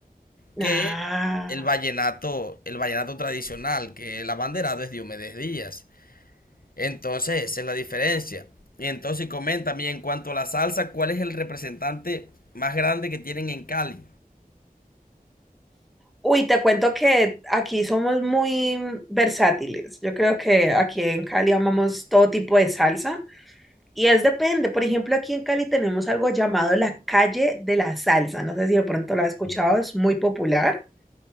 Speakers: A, on the left (about 70°); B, in the centre.
A: que
B: ah.
A: el vallenato, el vallenato tradicional, que el abanderado es Diomedes Díaz. Entonces, esa es la diferencia. Y entonces, coméntame, y en cuanto a la salsa, ¿cuál es el representante más grande que tienen en Cali?
B: Uy, te cuento que aquí somos muy versátiles. Yo creo que aquí en Cali amamos todo tipo de salsa y es depende. Por ejemplo, aquí en Cali tenemos algo llamado la calle de la salsa. No sé si de pronto lo has escuchado,
A: Mm,
B: es muy popular.